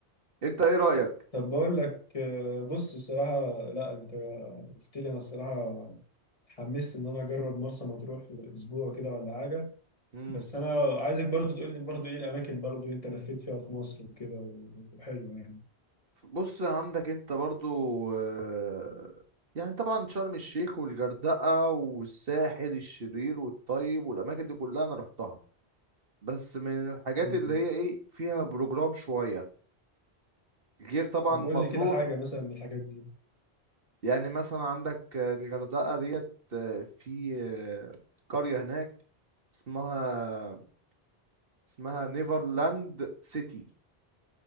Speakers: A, on the right (about 60°); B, on the left (about 35°).
A: انت ايه رايك
B: طب بقول لك آه، بص الصراحة لا انت قلت لي انا الصراحة اتحمست ان انا اجرب مرسى مطروح في اسبوع كده ولا حاجة
A: امم
B: بس انا عايزك برضو تقول لي برضو ايه الاماكن برضو انت لفيت فيها في مصر وكده وحلوة يعني
A: بص عندك انت برضو آه، يعني طبعا شرم الشيخ والغردقة والساحل الشرير والطيب والأماكن دي كلها أنا رحتها بس من الحاجات
B: مم.
A: اللي هي إيه فيها بروجرام شوية غير طبعا
B: طب
A: مطروح
B: قول لي كده حاجة مثلا من الحاجات دي
A: يعني مثلا عندك آه، الغردقة ديت آه، في آه، قرية هناك اسمها اسمها نيفرلاند سيتي